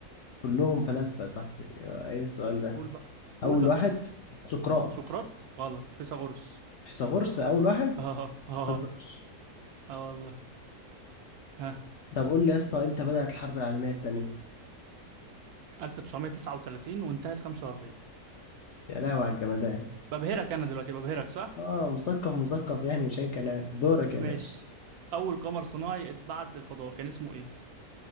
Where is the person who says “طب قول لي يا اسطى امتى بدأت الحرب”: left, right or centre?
Left